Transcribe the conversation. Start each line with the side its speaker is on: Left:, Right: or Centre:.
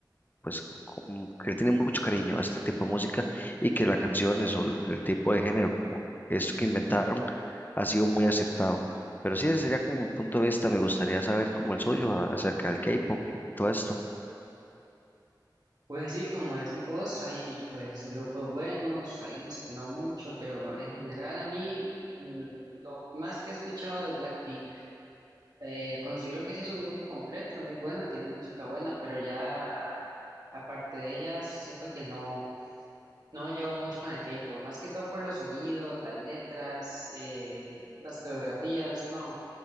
Left: pues como que le tiene mucho cariño a este tipo de música y que las canciones o el el tipo de género como esto que inventaron ha sido muy aceptado. Pero sí, ese sería como mi punto de vista. Me gustaría saber como el suyo a- acerca del K-pop y todo esto.
Right: Pues sí, como decís vos, hay pues grupos buenos, hay unos que no mucho, pero en general a mí mm, lo más que he escuchado es Blackpink. Eh, considero que sí es un grupo completo, muy bueno, tiene música buena, pero ya Aparte de ellas, siento que no, no me llevo mucho con el K-pop, más que todo por los sonidos, las letras, eh, las coreografías, no,